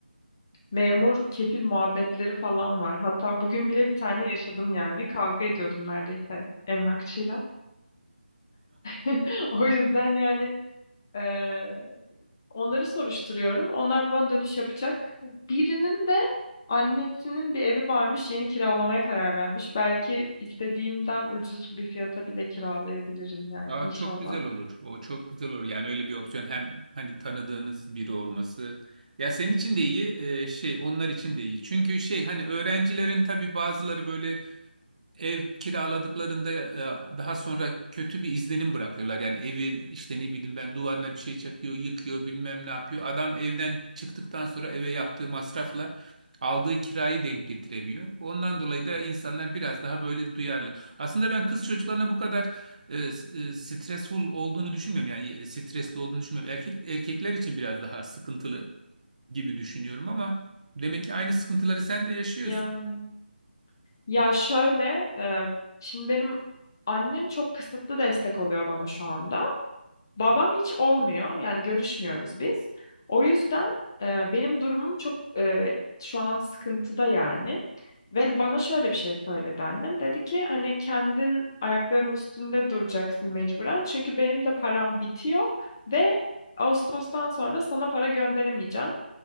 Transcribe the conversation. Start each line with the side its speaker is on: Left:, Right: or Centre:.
Left: memur kefil muhabbetleri falan var. Hatta bugün bile bir tane yaşadım yani. Kavga ediyordum neredeyse emlakçıyla. <laughs> O yüzden yani eee, onları soruşturuyorum. Onlar bana dönüş yapacak. Birinin de annesinin bir evi varmış. Yeni kiralamaya karar vermiş. Belki istediğimden ucuz bir fiyata bile kiralayabilirim yani
Right: Aa,
Left: inşallah.
Right: çok güzel olur. O çok güzel olur. Yani öyle bir opsiyon hem hani tanıdığınız biri olması. Ya senin için de iyi, e, şey onlar için de iyi. Çünkü şey hani öğrencilerin tabii bazıları böyle ev kiraladıklarında e, daha sonra kötü bir izlenim bırakıyorlar. Yani evi işte ne bileyim ben duvarına bir şey çakıyor, yıkıyor, bilmem ne yapıyor. Adam evden çıktıktan sonra eve yaptığı masrafla aldığı kirayı denk getiremiyor. Ondan dolayı da insanlar biraz daha böyle duyarlı. Aslında ben kız çocuklarına bu kadar e, s- e, stressful olduğunu düşünmüyorum. Yani e, stresli olduğunu düşünmüyorum. Erkek erkekler için biraz daha sıkıntılı gibi düşünüyorum ama demek ki aynı sıkıntıları sen de yaşıyorsun.
Left: Yani ya şöyle eee, şimdi benim annem çok kısıtlı destek oluyor bana şu anda. Babam hiç olmuyor. Yani görüşmüyoruz biz. O yüzden e, benim durumum çok e, şu an sıkıntıda yani. Ve bana şöyle bir şey söyledi annem. Dedi ki hani kendin ayaklarının üstünde duracaksın mecburen. Çünkü benim de param bitiyor ve Ağustos'tan sonra sana para gönderemeyeceğim.